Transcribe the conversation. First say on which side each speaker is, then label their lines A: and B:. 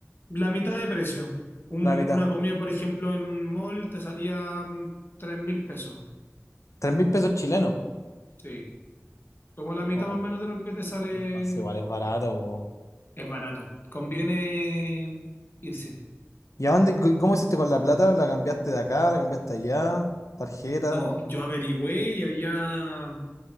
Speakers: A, on the left; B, on the left.
A: La mitad de precio. Un-
B: La mitad.
A: una comida, por ejemplo, en un mall te salía mm, tres mil pesos.
B: Tres mil pesos chilenos.
A: Sí. Como la mitad
B: Oh,
A: más o menos de lo que te sale
B: entonces igual es barato. po.
A: es barata Conviene irse.
B: ¿Y a dónde, c- cómo hiciste con la plata? ¿La cambiaste de acá? ¿La cambiaste allá? ¿Tarjeta?
A: No, yo averigüé y allá